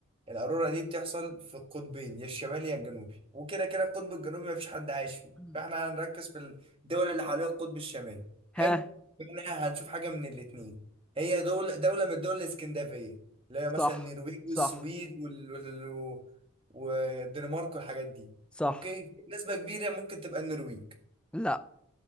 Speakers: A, on the right; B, in the centre.
A: القارورة دي بتحصل في القطبين يا الشمالي يا الجنوبي وكده كده القطب الجنوبي مفيش حد عايش فيه
B: مم.
A: فاحنا هنركز في الدول اللي حوالين القطب الشمالي
B: ها
A: حلو احنا هنشوف حاجة من الاتنين هي دولة دولة من الدول الاسكندنافية اللي هي
B: صح
A: مثلا النرويج
B: صح
A: والسويد وال... وال... والدنمارك والحاجات دي
B: صح
A: اوكي نسبة كبيرة ممكن تبقى النرويج
B: لا